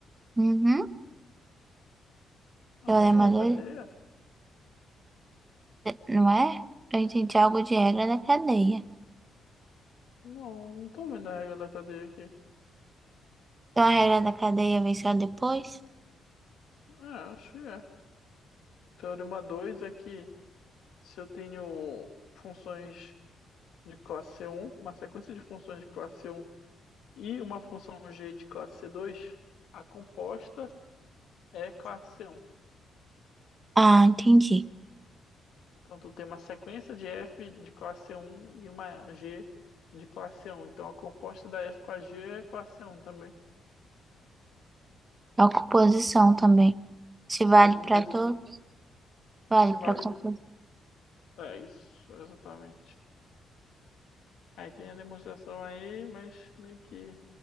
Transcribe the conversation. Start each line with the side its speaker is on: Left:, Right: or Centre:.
Right: Uhum,
Left: A
Right: teorema
Left: regra da
Right: dois
Left: cadeia?
Right: não é? Eu entendi algo de regra da cadeia.
Left: Não, não tô vendo a regra da cadeia aqui.
Right: Então a regra da cadeia vem só depois?
Left: É, acho que é. Teorema 2 é que se eu tenho funções de classe C1, uma sequência de funções de classe C1 e uma função G de classe C2, a composta é classe C1.
Right: Ah, entendi.
Left: Então, tu tem uma sequência de F de classe C1 e uma G de classe C1. Então, a composta da F com a G é classe C1 também.
Right: A composição também. Se vale
Left: É composição.
Right: para todos, vale
Left: Se
Right: para
Left: vale
Right: composição.
Left: É isso, exatamente. Aí tem a demonstração aí, mas meio que